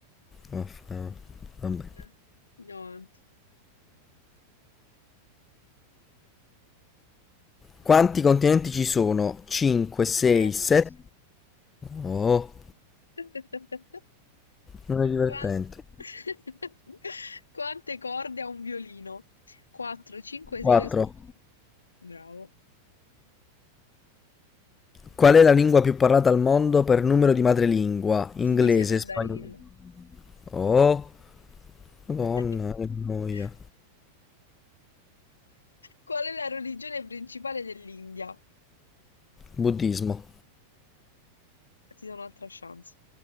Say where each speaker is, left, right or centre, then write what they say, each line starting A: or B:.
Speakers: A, on the left; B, on the left.
A: Vaffa- Vabbè.
B: Eh, Andiamo avanti.
A: Quanti continenti ci sono? 5, 6,
B: Sette.
A: 7. Oh,
B: <laughs>
A: non è divertente.
B: Qua- <laughs> Quante corde ha un violino? 4, 5,
A: 4.
B: 6 o 6. Bravo.
A: Qual è la lingua più parlata al mondo per numero di madrelingua? Inglese,
B: Cinese mandarino.
A: spagnolo. Oh, madonna,
B: <laughs>
A: che noia.
B: Qual è la religione principale dell'India?
A: Buddismo.
B: Ti do un'altra chance.